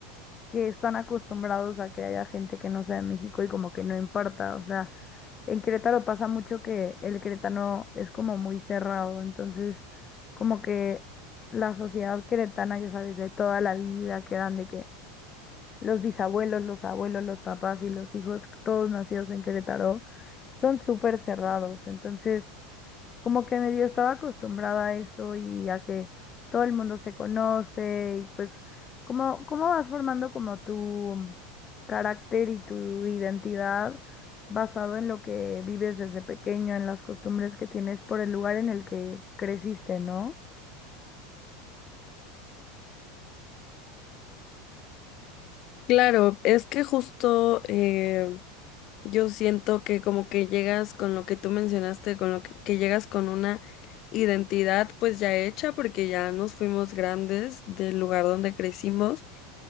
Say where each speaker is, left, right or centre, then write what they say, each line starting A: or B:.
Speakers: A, on the left; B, on the left.
A: que están acostumbrados a que haya gente que no sea de México y como que no importa, o sea, en Querétaro pasa mucho que el queretano es como muy cerrado, entonces como que la sociedad queretana, ya sabes, de toda la vida, que eran de que los bisabuelos, los abuelos, los papás y los hijos, todos nacidos en Querétaro, son súper cerrados. Entonces, como que medio estaba acostumbrada a eso y a que todo el mundo se conoce y pues, ¿cómo, cómo vas formando como tu carácter y tu identidad basado en lo que vives desde pequeño, en las costumbres que tienes por el lugar en el que creciste, ¿no?
B: Claro, es que justo eh, yo siento que como que llegas con lo que tú mencionaste, con lo que, que llegas con una identidad pues ya hecha porque ya nos fuimos grandes del lugar donde crecimos